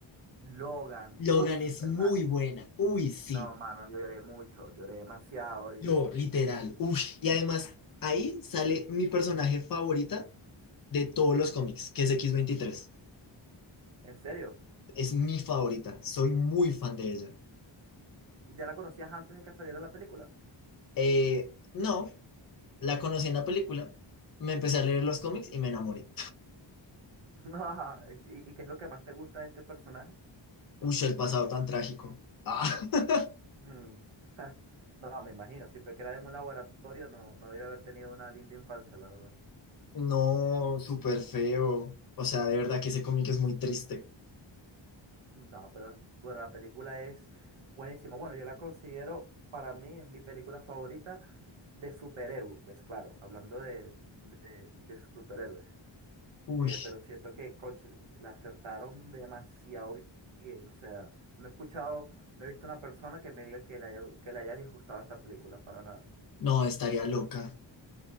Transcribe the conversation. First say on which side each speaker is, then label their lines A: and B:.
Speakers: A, on the right; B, on the left.
A: Logan.
B: Logan
A: Buf,
B: es
A: hermano.
B: muy buena. Uy, sí.
A: No, mano yo lloré mucho, lloré demasiado y...
B: Yo, literal. Uy. Y además, ahí sale mi personaje favorita de todos los cómics, que es x veintitrés,
A: En serio,
B: Es mi favorita. Soy muy fan de ella.
A: ¿ya la conocías antes de que saliera la película?
B: Eh, no, la conocí en la película. Me empecé a leer los cómics
A: O-
B: y me enamoré.
A: <laughs> ¿Y, y qué es lo que más te gusta de este personaje?
B: Uy, el pasado tan trágico. Ah, <laughs>
A: Mm, <laughs> No, me imagino, si fue creada en un laboratorio, no, no debe haber tenido una linda infancia, la verdad.
B: no, súper feo. O sea, de verdad que ese cómic es muy triste.
A: No, pero bueno, la película es buenísima. Bueno, yo la considero, para mí es mi película favorita de superhéroes, claro, hablando de, de, de superhéroes.
B: Uy,
A: Eh, pero siento que, cónchale, la acertaron demasiado bien. O sea, no he escuchado, no he visto una persona que me diga que le haya, que le haya disgustado esta película, para nada.
B: no, estaría loca.